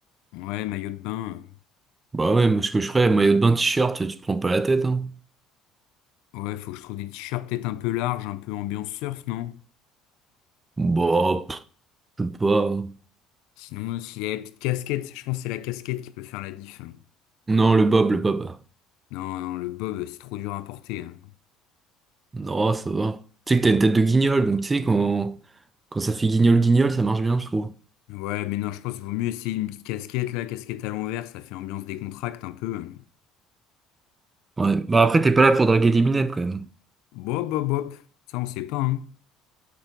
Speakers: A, on the left; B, on the right.
A: ouais, maillot de bain.
B: Bah ouais, moi, ce que je ferais, maillot de bain, t-shirt, tu te prends pas la tête, hein.
A: Ouais, faut que je trouve des t-shirts peut-être un peu larges, un peu ambiance surf, non?
B: Bah, pff, je sais pas.
A: Sinon, s'il y a la petite casquette, je pense que c'est la casquette qui peut faire la diff. hein.
B: Non, le bob, le bob.
A: Non, non, le bob, c'est trop dur à porter. hein.
B: Non, ça va. Tu sais que t'as une tête de guignol, donc tu sais, quand, quand ça fait guignol-guignol, ça marche bien, je trouve.
A: Ouais, mais non, je pense qu'il vaut mieux essayer une petite casquette, là, casquette à l'envers, ça fait ambiance décontracte un peu.
B: Ouais. Bah après, t'es pas là pour draguer des minettes quand même.
A: Bob, bob, bob, ça, on sait pas, hein.